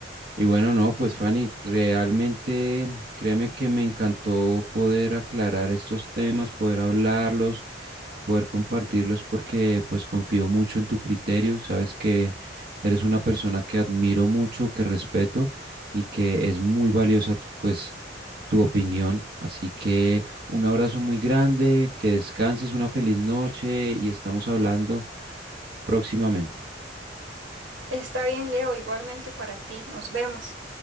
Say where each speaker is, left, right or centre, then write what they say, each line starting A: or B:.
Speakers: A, on the right; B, on the right.
A: Y bueno, no, pues Fanny, realmente créeme que me encantó poder aclarar estos temas, poder hablarlos, poder compartirlos, porque pues confío mucho en tu criterio. Sabes que eres una persona que admiro mucho, que respeto y que es muy valiosa tu- pues tu opinión. Así que un abrazo muy grande, que descanses, una feliz noche y estamos hablando próximamente.
B: Está bien, Leo, igualmente para ti. Nos vemos.